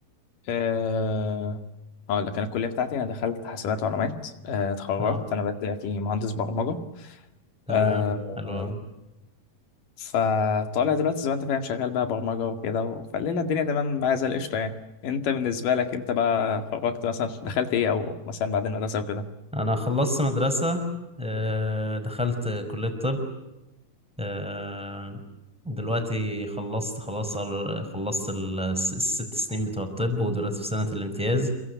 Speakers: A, on the left; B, in the centre.
A: آه، هقول لك انا الكليه بتاعتي انا دخلت حاسبات ومعلومات آه، اتخرجت
B: اه
A: انا بدأت مهندس برمجه
B: تمام
A: آه
B: حلو أوي
A: فطالع دلوقتي زي ما انت فاهم شغال بقى برمجة وكده فالليلة الدنيا تمام معايا زي القشطة يعني انت بالنسبة لك انت بقى خرجت مثلا دخلت ايه او مثلا بعد المدرسة وكده
B: انا خلصت مدرسة آه، دخلت كلية طب آه، دلوقتي خلصت خلاص قر- خلصت ال- الس- الست سنين بتوع الطب ودلوقتي في سنة الامتياز